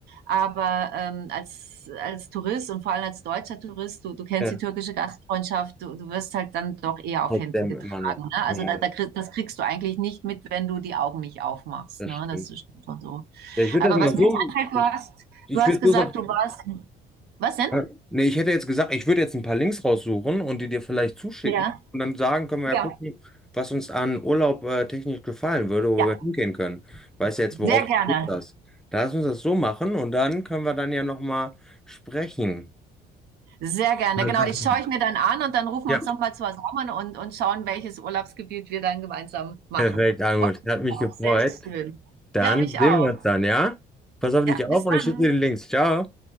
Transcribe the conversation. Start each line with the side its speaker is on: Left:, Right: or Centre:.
Right: Aber ähm, als, als Tourist und vor allem als deutscher Tourist, du, du kennst
Centre: ja,
Right: die türkische Gastfreundschaft, du, du wirst halt dann doch eher auf
Centre: Aus
Right: Händen
Centre: dem
Right: getragen.
Centre: immer noch.
Right: Ne? Also
Centre: Ja,
Right: da, da, krieg- das kriegst du eigentlich nicht mit, wenn du die Augen nicht aufmachst.
Centre: das
Right: Ne?
Centre: stimmt.
Right: Das ist schon so.
Centre: Ja, Ich würde
Right: Aber
Centre: das
Right: was
Centre: mal so,
Right: mir jetzt einfällt, du hast,
Centre: ich
Right: du hast
Centre: würde
Right: gesagt,
Centre: so sagen,
Right: du warst. Was denn?
Centre: Ja. nee, ich hätte jetzt gesagt, ich würde jetzt ein paar Links raussuchen und die dir vielleicht zuschicken
Right: Ja.
Centre: und dann sagen, können wir
Right: Ja,
Centre: ja gucken, was uns an Urlaub äh, technisch gefallen würde, wo
Right: ja,
Centre: wir hingehen können. Weißt ja jetzt, worauf
Right: sehr
Centre: du
Right: gerne.
Centre: Lust hast. Da lass uns das so machen und dann können wir dann ja nochmal sprechen.
Right: Sehr gerne.
Centre: Dann
Right: Genau,
Centre: sag
Right: die schaue
Centre: mal.
Right: ich mir dann an und dann rufen
Centre: Ja,
Right: wir uns nochmal zusammen und, und schauen, welches Urlaubsgebiet wir dann gemeinsam machen.
Centre: perfekt, Almut.
Right: Freut
Centre: Hat
Right: mich
Centre: mich
Right: drauf.
Centre: gefreut.
Right: Sehr schön.
Centre: Dann
Right: Ja, mich
Centre: sehen
Right: auch.
Centre: wir uns dann, ja? Pass auf dich
Right: Ja, bis
Centre: auf und
Right: dann.
Centre: ich schicke dir die Links. Ciao.